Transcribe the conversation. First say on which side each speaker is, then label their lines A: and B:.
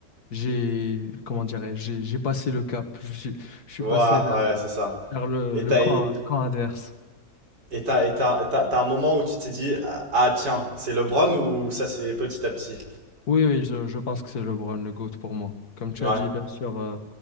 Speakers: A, on the left; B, on the right.
A: j'ai, comment dirais-je, j'ai j'ai passé le cap. Je suis, je suis
B: Ouais,
A: passé vers,
B: ouais, c'est ça.
A: vers le,
B: Et
A: le
B: t'as,
A: camp,
B: et
A: le camp adverse.
B: t'as, et t'as, et t'as, t'as un moment où tu t'es dit, ah ah, tiens, c'est LeBron ou ça c'est petit à petit?
A: Oui, oui, je, je pense que c'est LeBron le GOAT pour moi. Comme tu
B: Ouais.
A: as dit, bien sûr, euh,